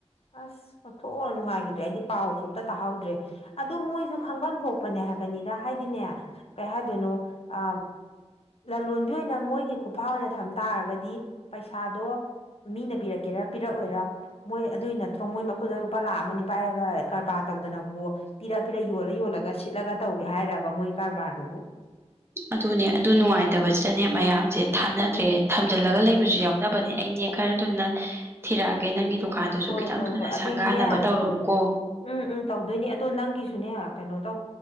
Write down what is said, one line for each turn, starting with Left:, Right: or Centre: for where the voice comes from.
Left: ꯑꯁ ꯄꯊꯣꯛꯅ ꯅꯨꯡꯉꯥꯏꯈꯤꯗ꯭ꯔꯦ ꯑꯩꯗꯤ ꯄꯥꯎꯁꯨ ꯑꯝꯇ ꯇꯥꯍꯧꯗ꯭ꯔꯦ ꯑꯣ ꯃꯣꯏꯁꯨ ꯈꯪꯐꯝ ꯊꯣꯛꯄꯅꯦ ꯍꯥꯏꯕꯅꯤꯅ ꯅ ꯍꯥꯏꯗꯤꯅꯦ ꯀꯩ ꯍꯥꯏꯗꯣꯏꯅꯣ ꯑ ꯂꯂꯣꯟꯕꯤ ꯑꯣꯏꯅ ꯃꯣꯏꯒꯤ ꯈꯨꯐꯥ ꯑꯣꯏꯅ ꯊꯝꯕ ꯇꯥꯔꯒꯗꯤ ꯄꯩꯁꯥꯗꯣ ꯃꯤꯅ ꯄꯤꯔꯛꯀꯦꯔꯥ ꯄꯤꯔꯛꯑꯣꯏꯔ ꯃꯣꯏ ꯑꯗꯨꯏ ꯅꯠꯇ꯭ꯔꯣ ꯃꯣꯏ ꯃꯈꯨꯗ ꯂꯨꯄꯥ ꯂꯥ ꯑꯃꯅꯤ ꯄꯥꯏꯔꯒ ꯀꯔꯕꯥꯔ ꯇꯧꯗꯅꯕꯨ ꯄꯤꯔꯛ ꯄꯤꯔꯛ ꯌꯣꯜꯂ ꯌꯣꯜꯂꯒ ꯁꯤꯠꯂꯒ ꯇꯧꯒꯦ ꯍꯥꯏꯔꯔꯕ ꯃꯣꯏꯒꯤ ꯀꯔꯕꯥꯔꯗꯨꯕꯨ
Right: ꯑꯗꯨꯅꯦ ꯑꯗꯨ ꯅꯨꯡꯉꯥꯏꯇꯕꯁꯤꯗꯅꯦ ꯃꯌꯥꯝꯁꯦ ꯊꯥꯅꯗ꯭ꯔꯦ ꯊꯝꯖꯤꯜꯂꯒ ꯂꯩꯕꯁꯨ
Left: ꯎꯝ
Right: ꯌꯥꯎꯅꯕꯅꯦ ꯑꯩꯅꯦ ꯈꯔ ꯊꯨꯅ ꯊꯤꯔꯛꯑꯒꯦ ꯅꯪꯒꯤ ꯗꯨꯀꯥꯟꯗꯨꯁꯨ
Left: ꯍꯣꯏ
Right: ꯈꯤꯇꯪ
Left: ꯍꯣꯏ
Right: ꯊꯨꯅ
Left: ꯍꯣꯏ ꯑꯗꯨꯗꯤꯅꯦ
Right: ꯁꯪꯒꯥꯅꯕ ꯇꯧꯔꯛꯎꯀꯣ
Left: ꯎꯝ ꯎꯝ ꯇꯧꯗꯣꯏꯅꯦ ꯑꯗꯣ ꯅꯪꯒꯤꯁꯨꯅꯦ ꯀꯩꯅꯣ ꯇꯧ